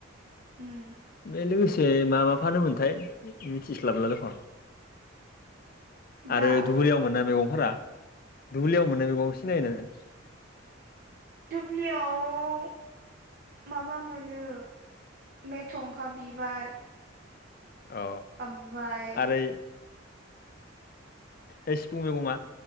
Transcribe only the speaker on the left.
बे लोगोस से मा मा फानो मोनथाय मिथिस्लाबला दख आरो
धुबुरियाव मोनो मेगं फोरा दुब्लियाव मोननाय मेगंखौ सिनायो नोङो?
अ
आरै ए सिफुं मैगङा